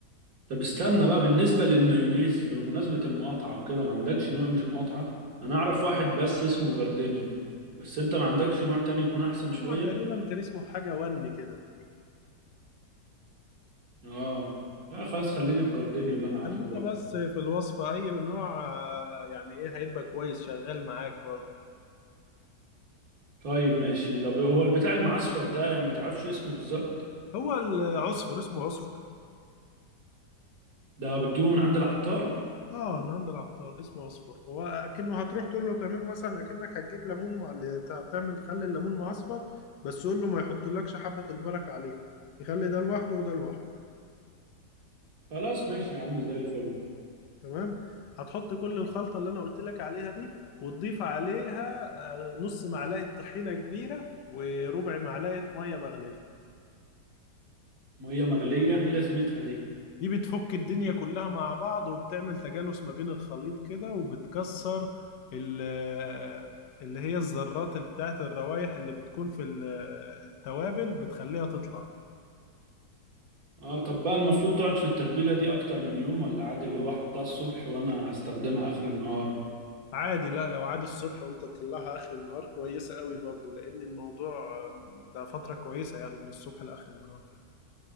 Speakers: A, on the right (about 55°); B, on the left (about 75°).
A: طب استنى بقى بالنسبة للمايونيز بمناسبة المقاطعة وكده ما عندكش نوع مش مقاطعة انا اعرف واحد بس اسمه جاردينيو بس انت ما عندكش نوع تاني يكون احسن شوية
B: نوع تقريبا كان اسمه حاجة وني كده تقريبا
A: اه لا خلاص خليني في جاردينيو اللي انا
B: خلينا
A: عارفه بقى
B: بس في الوصفة أي نوع آه، يعني إيه هيبقى كويس شغال معاك برضه
A: طيب ماشي طب هو البتاع المعصفر ده يعني ما تعرفش اسمه بالظبط
B: هو العصفر اسمه عصفر
A: ده بتجيبه من عند العطار
B: اه أنا عند العطار اسمه عصفر هو أكنه هتروح تقول له تعمله مثلا أكنك هتجيب ليمون مع... لت- تعمل خل الليمون معصفر بس قول له ما يحطلكش حبة البركة عليه يخلي ده لوحده وده لوحده
A: خلاص ماشي يا عم زي الفل
B: تمام هتحط كل الخلطة اللي أنا قلت لك عليها دي وتضيف عليها آه، نص معلقة طحينة كبيرة وربع معلقة مية مغلية
A: مية مغلية ايه لازمتها دي
B: دي بتفك الدنيا كلها مع بعض وبتعمل تجانس ما بين الخليط كده وبتكسر ال- آه، اللي هي الذرات بتاعت الروايح اللي بتكون في ال- آه، التوابل بتخليها تطلع
A: اه طب بقى المفروض تقعد في التتبيلة دي اكتر من يوم ولا عادي اللي هو احطها الصبح وانا هستخدمها اخر النهار
B: عادي لا لو عادي الصبح وانت تطلعها اخر النهار كويسة قوي برضو لان الموضوع آه، ده فترة كويسة يعني من الصبح لاخر النهار